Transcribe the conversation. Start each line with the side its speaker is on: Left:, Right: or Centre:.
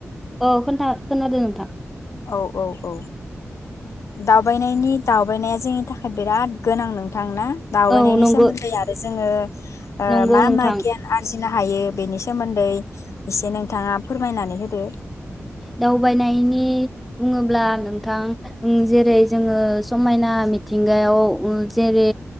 Centre: औ खोनथा खोनादों नोंथां।
Left: औ औ औ दावबायनायनि दावबायनाया जोंनि थाखाय बिराद गोनां नोंथां ना? दावबायनायनि
Centre: औ नंगौ
Left: सोमोन्दै आरो जों जोंङो ओ
Centre: नंगौ
Left: मा
Centre: नोंथां
Left: मा गियान आरजि <unintelligible> नो हायो बेनि सोमोन्दै एसे नोंथाङा फोरमायनानै होदो।
Centre: दावबायनायनि बुङोब्ला नोंथां उ जेरै जोंङो समायना मिथिंगायाव ओ जेरै